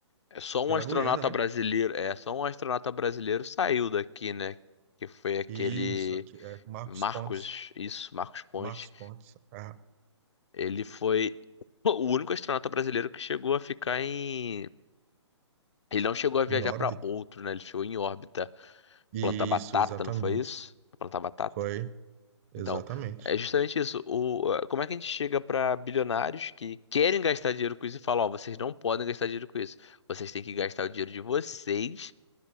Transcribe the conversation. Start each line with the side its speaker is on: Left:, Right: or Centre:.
Left: é só um
Right: Pela
Left: astronauta
Right: Guiana, né?
Left: brasileiro, é só um astronauta brasileiro saiu daqui, né? Que foi aquele
Right: Isso, aqui, é Marcos
Left: Marcos,
Right: Pontes.
Left: isso, Marcos Pontes.
Right: Marcos Pontes, é,
Left: Ele foi <laughs> o único astronauta brasileiro que chegou a ficar em Ele não chegou a viajar
Right: em órbita.
Left: para outro, né? Ele chegou em órbita.
Right: Isso,
Left: plantar batata,
Right: exatamente.
Left: não foi isso? Plantar batata.
Right: Foi, exatamente.
Left: Então, é justamente isso. O, eh, como é que a gente chega para bilionários que querem gastar dinheiro com isso e fala, ó, vocês não podem gastar dinheiro com isso. Vocês têm que gastar o dinheiro de vocês